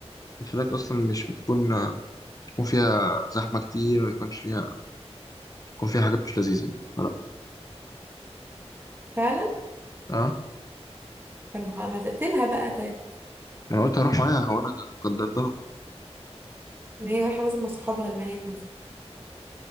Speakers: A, on the left; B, on the right.
A: الحفلات أصلا مش بتكون بتكون فيها زحمة كتير ويكونش فيها يكون فيها حاجات مش لذيذة يعني. فلا
B: فعلا
A: اه
B: طب ما ما تقتلها بقى طيب
A: انا قلت هروح معاها وانا قدرتها
B: ما هي رايحة مثلا مع صحابها البنات مثلا